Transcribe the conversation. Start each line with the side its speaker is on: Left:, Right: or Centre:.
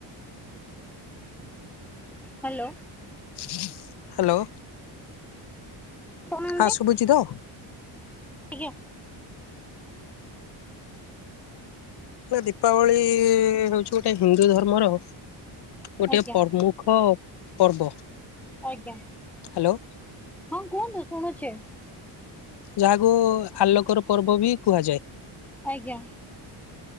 Centre: ହାଲୋ।
Left: <inaudible> ହାଲୋ।
Centre: କହୁନାହାନ୍ତି?
Left: ଆ ଶୁଭୁଛି ତ?
Centre: ଆଜ୍ଞା।
Left: ନା ଦୀପାବଳି ହେଉଛି ଗୋଟେ ହିନ୍ଦୁ ଧର୍ମର ଗୋଟିଏ
Centre: ଆଜ୍ଞା
Left: ପ୍ରମୁଖ ପର୍ବ।
Centre: ଆଜ୍ଞା
Left: ହ୍ୟାଲୋ
Centre: ହଁ କୁହନ୍ତୁ ଶୁଣୁଛି।
Left: ଯାହାକୁ ଆଲୋକର ପର୍ବ ବି କୁହାଯାଏ।
Centre: ଆଜ୍ଞା।